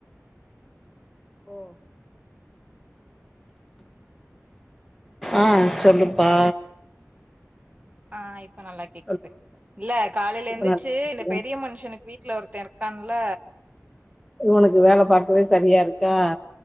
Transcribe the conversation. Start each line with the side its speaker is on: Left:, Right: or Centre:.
Centre: ஓ ஆஹ் சொல்லுப்பா
Right: ஆ இப்ப நல்லா கேக்குது
Centre: இப்ப
Right: இல்ல காலெல எந்திச்சு
Centre: நல்லா இருக்கியா
Right: இந்த பெரிய மன்ஷனுக்கு வீட் வீட்டுல ஒருத்தே இருக்கான்ல
Centre: உனக்கு வேல பாக்கவே செரியா இருக்கா